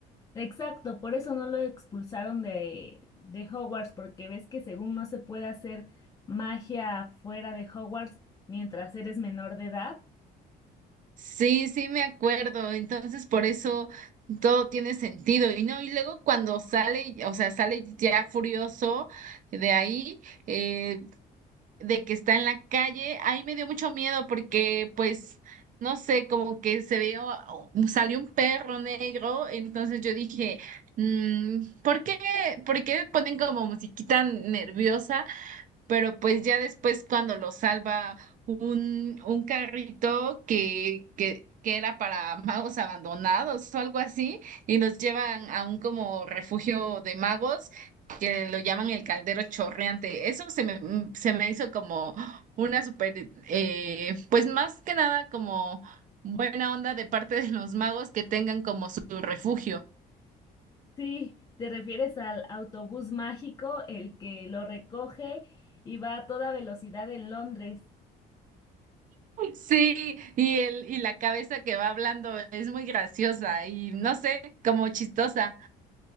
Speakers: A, on the left; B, on the right.
A: Exacto, por eso no lo expulsaron de, de Hogwarts, porque ves que según no se puede hacer magia fuera de Hogwarts mientras eres menor de edad.
B: Sí, sí me acuerdo. Entonces, por eso todo tiene sentido. Y no, y luego cuando sale, o sea, sale ya furioso de ahí, eh, de que está en la calle, ahí me dio mucho miedo porque, pues, no sé, como que se vio, oh, oh, salió un perro negro. Entonces yo dije, mm, ¿por qué, por qué ponen como musiquita nerviosa? pero pues ya después cuando lo salva un, un carrito que, que, que era para magos abandonados o algo así, y los llevan a un como refugio de magos que lo llaman el caldero chorreante. Eso se me, mm, se me hizo como una super, eh, pues más que nada como buena onda de parte de los magos que tengan como su refugio.
A: Sí, te refieres al autobús mágico, el que lo recoge y va a toda velocidad en Londres.
B: Sí, y el, y la cabeza que va hablando es muy graciosa y no sé, como chistosa.